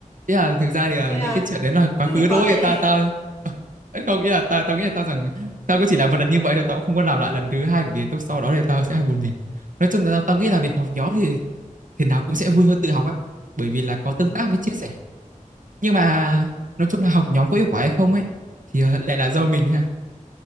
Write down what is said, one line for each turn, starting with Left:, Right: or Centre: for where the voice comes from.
Right: Ý là thực ra thì ờ,
Left: Thế
Right: những
Left: à?
Right: cái chuyện đấy là quá
Left: Thế
Right: khứ
Left: thì quá
Right: thôi,
Left: tệ.
Right: tao tao <laughs> không nghĩ là tao tao nghĩ là tao rằng tao cũng chỉ làm một lần như vậy thôi, tao cũng không có làm lại lần thứ hai bởi vì lúc sau đó thì tao sẽ học một mình. Nói chung là tao, tao nghĩ là việc học nhóm thì thế nào cũng sẽ vui hơn tự học á bởi vì là có tương
Left: Ừ.
Right: tác với chia sẻ nhưng mà nói chung là học nhóm có hiệu quả hay không ấy thì ờ, lại là do mình ha